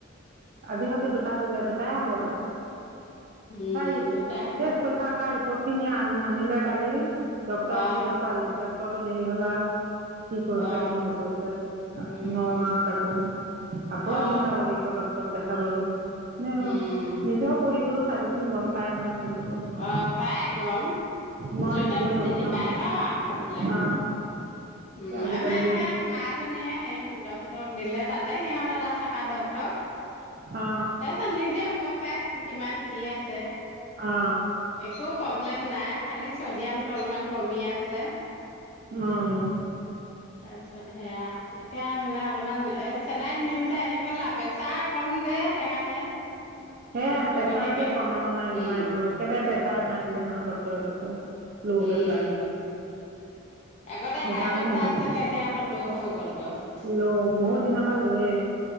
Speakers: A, on the right; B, on the left.
A: আজি সতে দুটা দিলে দুটাই হ বলা
B: উম
A: এই
B: দুটা
A: তেছ পইক্ষা ক আহ পট খিনি আন আনিলে কালি ডটৰক
B: অ
A: নেদেখুৱালি ড্টৰটো দেৰি হলা কি কৰিছা
B: অ
A: কি নকছা
B: উম
A: নগাঁ
B: উম
A: তাকো আকৌ
B: অ
A: এদিন যাব লাগিব ত দেখাবলৈ নাই
B: উম
A: নিজেও পঢ়িবলৈও চাবিচোন গম পায় নহয় বোলো কৈছো
B: অ পায় গম
A: মই
B: যোনাতটো
A: নিজে পঢ়ি
B: চিনি
A: চাওঁ
B: পায়
A: আমি
B: ন আখৰ বিলাক
A: অ
B: উম
A: আজিকালি
B: আমাৰ স মা জনীয়ে হেৰি ড্টৰক দিলে তাতে সিহঁত তাত থকা ডট তাৰপিছত
A: অ
B: নিজেও গম পায় কিমান কি আছে
A: অ অ
B: একো প্ৰব্লেম নাই খালি চদিয়ামটো অলমান কমি আছে
A: আহ
B: তাৰপিছত সেয়া এতিয়া মানে অলপমান এ চেলাই নিওঁতে আহি গ'ল আৰু পেছা কম যে সেইকাৰণে
A: সেয়
B: সেইটো কমি
A: প্ৰেছাৰটোৱে
B: থাকে
A: কম আমাৰ ম
B: উম
A: মায় একেবাৰে প্ৰেছাৰ নাই বোলে সেনাহখন ডক্তৰে কৈছে ল'
B: উম
A: প্ৰেছাৰ
B: আগতে
A: সেইকাৰণে
B: হাই প্ৰেচাৰ
A: হৈ গৈছে
B: আছিল নে এতিয়া আকৌ ল' হৈ গল গৈ
A: ল বহুত দিনৰ লয়ে